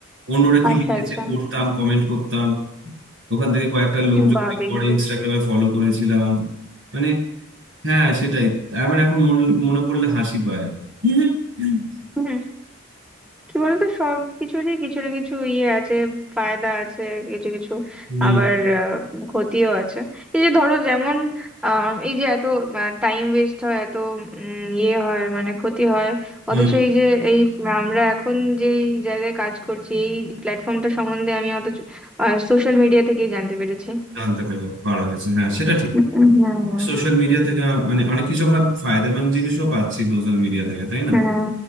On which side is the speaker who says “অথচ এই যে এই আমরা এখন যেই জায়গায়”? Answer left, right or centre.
Centre